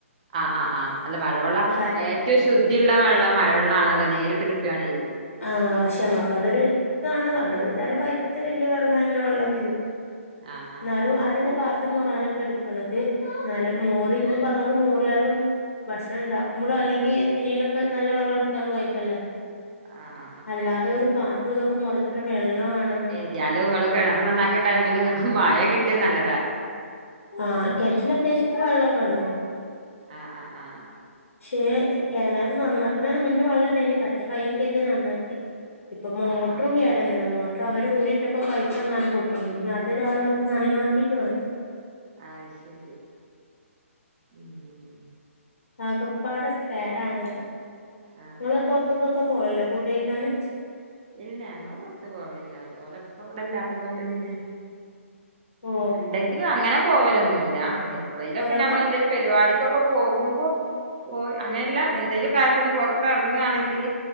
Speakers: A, on the right; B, on the left.
A: ആഹ് ആഹ് ആഹ് അല്ല മഴവെള്ളം
B: കാരണം
A: ഏറ്റവും ശുദ്ധിയുള്ള വെള്ളം മഴവെള്ളം ആണല്ലോ നേരിട്ട് കിട്ടാണെങ്കി
B: ആഹ് പക്ഷെ നമ്മക്കതൊര് ഇതാണ് നമ്മളെ വിചാരം പൈപ്പ്ത്തെ വല്ല്യ വെള്ള ല്ല വെള്ളംന്നില്ലേ
A: ആഹ് ആഹ്
B: ന്നാലും
A: ആഹ്
B: അതന്നെ പാത്രം മോറാനൊക്കെ എട്ക്ക്ണത് ഇന്നാലും മോറി ഇനിയിപ്പോ അതോണ്ട് മോറിയാലും ഭക്ഷണം ഉണ്ടാക്കുമ്പളോ അല്ലെങ്കി പിന്നീലൊക്കെ നല്ല വെള്ളട്ത്താലും കൊഴപ്പല്ല
A: ആഹ് അഹ്
B: അല്ലാതെ ഒരു പാത്രം ഇതൊക്കെ മോറാൻ എത്ര വെള്ളം വേണം
A: ഏതായാലും ഇങ്ങളെ കിണർ നന്നാക്കിയ ടൈമില് ഇങ്ങക്ക് മഴ കിട്ടിയത് നല്ല
B: ആഹ് കെണറ്റില് അത്യാവശ്യക്കെ വെള്ളക്കെണ്ട്
A: ആഹ് ആഹ് ആഹ് ആഹ്
B: പക്ഷേ കെണറ് നന്നാക്കണതിന് മുന്ന് വള്ളണ്ടായിനി പറ്റ കയ്യും കര്തിയാ നന്നാക്കിയെ ഇപ്പൊ മോട്ട്റും
A: ആഹ് ആഹ്
B: കേടന്ന്ണ്
A: ആഹ്
B: മോ ട്ട്റ് അവര് ഊരിട്ടപ്പാെ പൈപ്പ് എങ്ങാനും പൊട്ടിയെണു ഇനി അതെരാള് വന്ന് നന്നാക്കിട്ട് വേണം
A: അത് ശെരി ഉം
B: ആകപ്പാടെ സ് സേടാണ് അർണ്
A: ആഹ്
B: ഇങ്ങള് പാെർത്ത്കാെക്കെ പോവല്ണ്ടോ ഫുഡ് കെയിക്കാന്
A: ഇല്ല ഞങ്ങള് പാെർത്ത് പോവലില്ല ഓലപ്പ ഇവടെ ഇല്ലാത്തത് കൊണ്ട് പിന്നെ
B: ഓ
A: ഇണ്ടെങ്കിലും അങ്ങനെ പോവലൊന്നുല്ല എപ്പളേലൊക്കെ
B: കൊറവാ
A: നമ്മള് എന്തേലും പരിവാടികാെക്ക പോകുമ്പൊ പോയ് അങ്ങനെല്ല
B: ആഹ്
A: എന്തെങ്കിലും കാര്യത്തിന്‌ പൊർ ത്തർങ്ങാണെങ്കിൽ